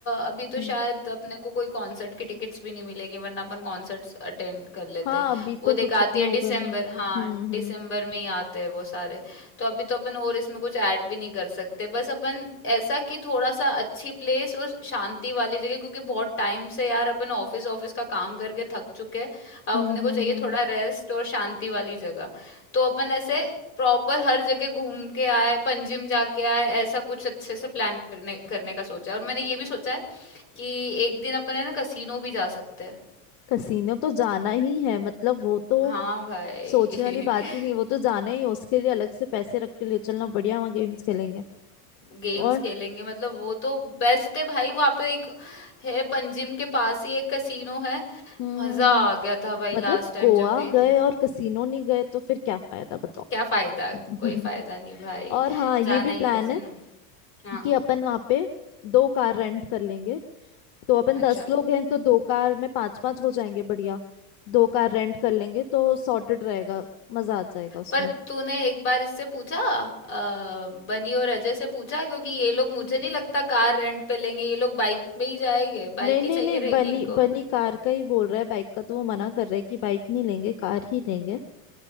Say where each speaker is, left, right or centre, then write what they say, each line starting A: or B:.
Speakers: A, on the left; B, on the left.
A: अभी तो
B: हम्म
A: शायद अपने को कोई कॉन्सर्ट की टिकट्स भी नहीं मिलेगी वरना अपन कॉन्सर्ट्स अटेंड कर लेते
B: हाँ
A: हैं
B: अभी
A: वो
B: तो कुछ
A: देख आती
B: इतना
A: है
B: होगा
A: दिसंबर
B: नहीं
A: हाँ
B: हम्म
A: दिसंबर
B: हम्म
A: में ही आते हैं वो सारे तो अभी तो अपन और इसमें कुछ ऐड भी नहीं कर सकते बस अपन ऐसा कि थोड़ा सा अच्छी प्लेस और शांति वाली जगह क्योंकि बहुत टाइम से यार अपन ऑफिस ऑफिस का काम करके थक चुके हैं अब
B: हम्म
A: अपने को
B: हम्म
A: चाहिए
B: हम्म
A: थोड़ा रेस्ट और शांति वाली जगह तो अपन ऐसे प्रॉपर हर जगह घूम के आए पंजिम जाके आए ऐसा कुछ अच्छे से प्लान करने करने का सोचा है और मैंने ये भी सोचा है कि एक दिन अपन है ना कसीनो भी जा सकते हैं
B: कसीनो तो जाना ही है मतलब वो तो
A: हाँ भाई
B: सोचने वाली बात
A: <laughs>
B: ही नहीं वो तो जाना ही है उसके लिए अलग से पैसे रख के ले चलना बढ़िया वहाँ गेम्स खेलेंगे
A: गेम्स
B: और
A: खेलेंगे मतलब वो तो बेस्ट है भाई वहाँ पे एक है पंजिम के पास ही एक कसीनो है
B: हम्म
A: मजा
B: हम्म हम्म
A: आ गया था भाई
B: मतलब
A: लास्ट टाइम
B: गोवा
A: जब गई
B: गए
A: थी
B: और कसीनो नहीं गए तो फिर क्या फायदा बताओ
A: तो क्या फायदा
B: <laughs>
A: कोई फायदा नहीं भाई
B: और हाँ ये
A: जाना
B: भी
A: ही
B: प्लान
A: है कसीनो
B: है
A: हाँ
B: कि अपन वहां पे दो कार रेंट कर लेंगे तो अपन दस
A: अच्छा
B: लोग हैं तो दो कार में पांच पांच हो जाएंगे बढ़िया दो कार रेंट कर लेंगे तो सॉर्टेड रहेगा मजा आ जाएगा उसमें
A: पर तूने एक बार इससे पूछा अ, बनी और अजय से पूछा क्योंकि ये लोग मुझे नहीं लगता कार रेंट पे लेंगे ये लोग बाइक में ही जाएंगे बाइक
B: नहीं नहीं
A: ही चाहिए
B: नहीं
A: रहेगी
B: बनी
A: इनको
B: बनी कार का ही बोल रहा है बाइक का तो वो मना कर रहा है कि बाइक नहीं लेंगे कार ही लेंगे